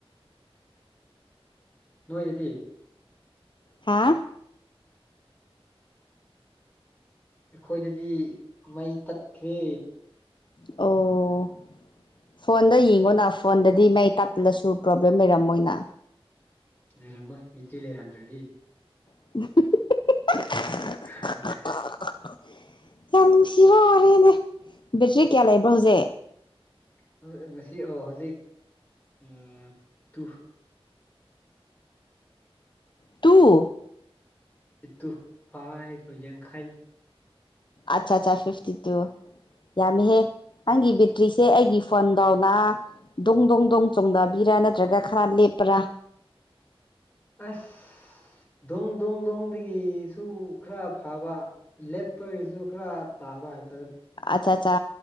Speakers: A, on the left (about 15°); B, on the left (about 50°).
A: ꯅꯣꯏ ꯑꯗꯨꯗꯤ
B: ꯍꯥ
A: ꯑꯩꯈꯣꯏꯗꯗꯤ ꯃꯩ ꯇꯠꯈ꯭ꯔꯦ
B: ꯑꯣ ꯐꯣꯟꯗ ꯌꯦꯡꯉꯣꯅ ꯐꯣꯟꯗꯗꯤ ꯃꯌꯦꯛ ꯇꯞꯂꯁꯨ ꯄ꯭ꯔꯣꯕ꯭ꯂꯦꯝ ꯂꯩꯔꯝꯃꯣꯏꯅ
A: ꯂꯩꯔꯝꯃꯣꯏ ꯕꯦꯇ꯭ꯔꯤ ꯂꯩꯔꯝꯗ꯭ꯔꯗꯤ
B: <unintelligible>
A: <unintelligible>
B: <unintelligible> ꯌꯥꯝ ꯅꯨꯡꯁꯤꯕ ꯋꯥꯔꯤꯅꯦ ꯕꯦꯇ꯭ꯔꯤ ꯀꯌꯥ ꯂꯩꯕ꯭ꯔꯥ ꯍꯧꯖꯤꯛ
A: ꯍꯣꯏ ꯉꯁꯤ ꯑꯣ ꯍꯧꯖꯤꯛ ꯑ two
B: two
A: <unintelligible> two five or ꯌꯥꯡꯈꯩ
B: ꯑꯆꯥ ꯆꯥ ꯐꯤꯐꯇꯤ ꯇꯨ ꯌꯥꯝꯃꯤꯍꯦ ꯅꯪꯒꯤ ꯕꯦꯇ꯭ꯔꯤꯁꯦ ꯑꯩꯒꯤ ꯐꯣꯟꯗꯧꯅ ꯗꯣꯡ ꯗꯣꯡ ꯗꯣꯡ ꯆꯣꯡꯗꯥꯕꯤꯔꯥ ꯅꯠꯇ꯭ꯔꯒ ꯈꯔ ꯂꯦꯞꯄꯔꯥ
A: ꯑꯁ ꯗꯣꯡ ꯗꯣꯡ ꯗꯣꯡꯗꯒꯤꯁꯨ ꯈꯔ ꯐꯕ ꯂꯦꯞꯄꯒꯤꯁꯨ ꯈꯔ ꯇꯥꯕ ꯍꯥꯏꯕ
B: ꯑꯠꯆꯥ ꯑꯠꯆꯥ